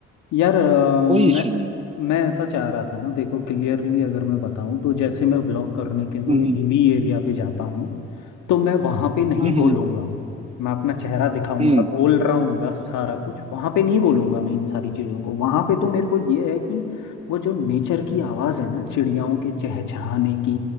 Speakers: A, on the left; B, on the right.
A: यार अ,
B: कोई
A: मैं
B: इशू नहीं
A: मैं ऐसा चाह रहा था ना देखो क्लियरली अगर मैं बताऊं तो जैसे मैं व्लॉग करने के लिए
B: हम्म
A: हिली एरिया पे जाता हूँ तो मैं वहां पे नहीं
B: हम्म
A: बोलूंगा मैं अपना चेहरा दिखाऊंगा
B: हम्म,
A: बोल रहा हूँ सारा कुछ वहां पे नहीं बोलूंगा मैं इन सारी चीजों को वहां पे तो मेरे को ये है कि वो जो नेचर की आवाज है ना चिड़ियाओं के चहचहाने की